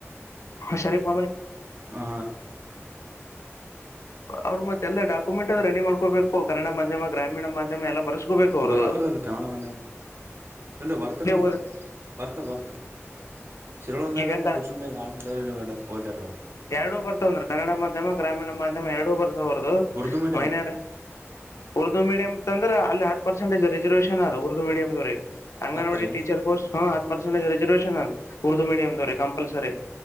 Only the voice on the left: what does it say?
ಶರಪ
ಅವ್ರ ಮತ್ತೆ ಎಲ್ಲ ಾಕ್ಯುೆಂಟ್ ಅ ರೆಡಿ ಮಾಡ್ಕಬೇಕು ಕನ್ನಡ ಮಾಧ್ಯಮ ಗ್ರಾಮೀಣ ಮಾಧ್ಯಮ ಎಲ್ಲ ಬರ್ಸ್ಕೋಬೇಕು ಅವ್ರದು
ಇಲ್ಲೇ
ಓದ
ಈಗ
ಎರಡೂ ಬರ್ತಾವಂದ್ರ ಕನ್ನಡ ಮಾಧ್ಯಮ ಗ್ರಾಮೀಣ ಮಾಧ್ಯಮ ಎರಡೂ ಬರ್ತವೆ ಹದು
ಮೈನಾರಿ
ಉದು ಉರ್ದು ಮೀಡಿಯಂ ಅಂದ್ರೆ ಅಲ್ಲಿ ಹತ್ತು ಪರ್ಸೆಟೇಜ ರಿಸರ್ವೇನ್ ಅ ಉರ್ದು ಮೀಿಯ್ವರಿಗೆ ಅಂಗನವಾಡಿ
ಟೀಚರ್ ಕೋಸ್ ಹ ಪರ್ಸೆಟಜ್ ರರಿಜರ್ವೇಷನ್ ಅದು ಉರ್ದು ಮೀಡಿಯ ಕಂಪಲ್ಸರಿ